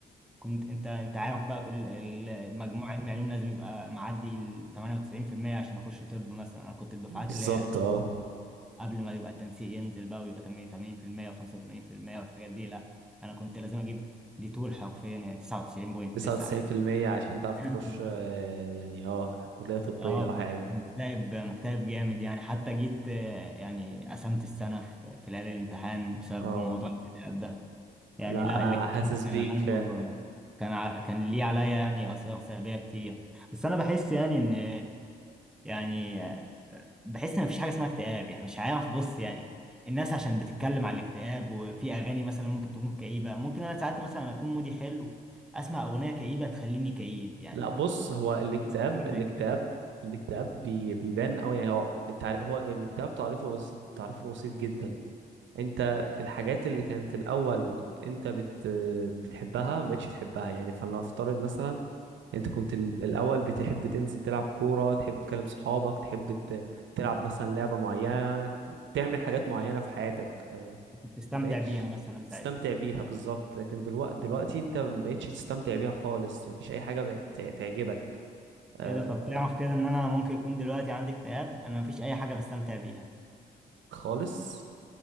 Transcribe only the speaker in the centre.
فكنت أنت أنت عارف بقى كل المجموع علمي علوم لازم يبقى معدي ال 98% عشان أخش طب مثلا أنا كنت الدفعات
اللي هي دي
قبل ما يبقى التنسيق ينزل بقى ويبقى 80 و85% والحاجات دي لا أنا كنت لازم أجيب دي طول حرفيا يعني 99.9
يعني
<laughs>
اه
فكنت مكتئب مكتئب جامد يعني حتى جيت آه، يعني قسمت السنة في في ليالي الامتحان بسبب
موضوع الاكتئاب ده يعني
لا
الاكتئاب
كان
عنده
آه، كان ع... كان ليه عليا يعني آثار سلبية كتير بس أنا بحس يعني إن يعني آه، بحس إن مفيش حاجة اسمها اكتئاب يعني مش عارف بص يعني الناس عشان بتتكلم على الاكتئاب وفي أغاني مثلا ممكن تكون كئيبة ممكن أنا ساعات مثلا أكون مودي حلو أسمع أغنية كئيبة تخليني كئيب يعني
بس حاجة
زي كده
كنت بتستمتع
بيها مثلا ساعتها
ايه ده طب تعرف كده ان انا ممكن يكون دلوقتي عندي اكتئاب انا مفيش اي حاجه بستمتع بيها